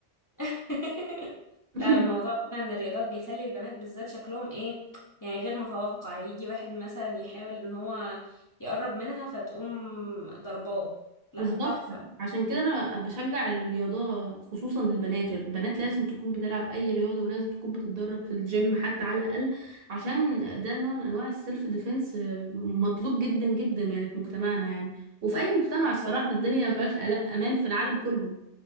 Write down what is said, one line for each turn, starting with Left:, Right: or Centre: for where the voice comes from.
Left: <laughs>
Right: <laughs>
Left: لا الموضوع فعلا ان الرياضات بيخلي البنات بالذات شكلهم ايه يعني غير متوقع يجي واحد مثلا يحاول ان هو يقرب منها فتقوم ضرباه لا
Right: بالظبط
Left: تحفة
Right: عشان كده انا بشجع الرياضه خصوصا للبنات البنات لازم تكون بتلعب اي رياضه ولازم تكون بتتدرب في الجيم حتى على الاقل عشان ده نوع من انواع السيلف ديفense مطلوب جدا جدا يعني في مجتمعنا يعني وفي اي مجتمع
Left: بالظبط
Right: الصراحه الدنيا ما فيهاش ألا- امان في العالم كله